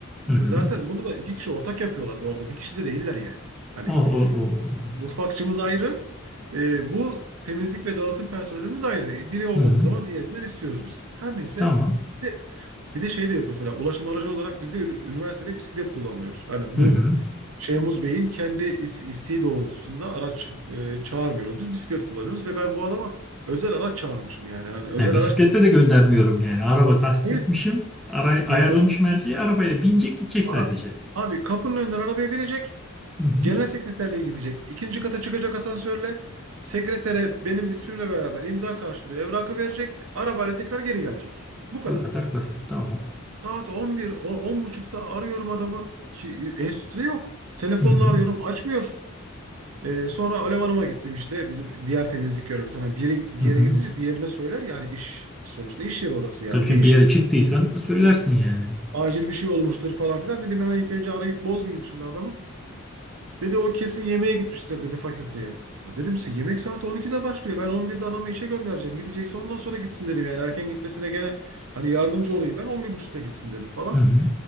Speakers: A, in the centre; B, on the right.
A: Hı hı.
B: Zaten bunu da iki kişi ortak yapıyorlar bu arada. Bir kişi de değiller yani. Hani
A: Oh, oh, oh, oh. oh.
B: Mutfakçımız ayrı. Ee, bu temizlik ve dağıtım personelimiz ayrı. Biri olmadığı
A: Hı hı.
B: zaman diğerinden istiyoruz biz. Her neyse.
A: Tamam.
B: Bir de, bir de şey de yok mesela ulaşım aracı olarak bizde ünü- üniversitede bisiklet kullanılıyor. Hani bu
A: Hı hı.
B: Şeyhmuz Bey'in kendi is- isteği doğrultusunda araç e, çağırmıyoruz. Biz bisiklet kullanıyoruz ve ben bu adama özel araç çağırmışım yani. Yani özel
A: Ya bisikletle
B: araç da istemiyorum.
A: de göndermiyorum yani. Araba tahsis
B: Evet.
A: etmişim. Aray ayarlamışım
B: Ya o
A: her şeyi. Arabaya binecek gidecek sadece.
B: a- abi kapının önünden arabaya binecek.
A: Hı hı.
B: Genel sekreterliğe gidecek. İkinci kata çıkacak asansörle. Sekretere benim ismimle beraber imza karşılığı evrakı verecek. Arabayla tekrar geri gelecek. Bu kadar.
A: Bu kadar basit. Tamam.
B: Saat 11, o- buçukta arıyorum adamı. Ki, e, enstitüde yok. Telefonla
A: Hı hı.
B: arıyorum açmıyor. Ee, sonra Alev Hanım'a gittim işte. Bizim diğer temizlik görevlisi. Sana biri bir
A: Hı
B: yere
A: hı.
B: gidince diğerine söyler. Yani iş sonuçta iş yeri orası yani.
A: Tabii ki
B: Bir işim.
A: bir yere çıktıysan söylersin yani.
B: Acil bir şey olmuştur falan filan. Dedim yani ilk önce arayıp bozmayayım şimdi adamı. Dedi o kesin yemeğe gitmiştir dedi fakülteye. Ha dedim size yemek saati 12'de başlıyor. Ben 11'de adamı işe göndereceğim. Gidecekse ondan sonra gitsin dedim yani. Erken gitmesine gene hani yardımcı olayım. Ben 11.30'da gitsin dedim falan.
A: Hı hı.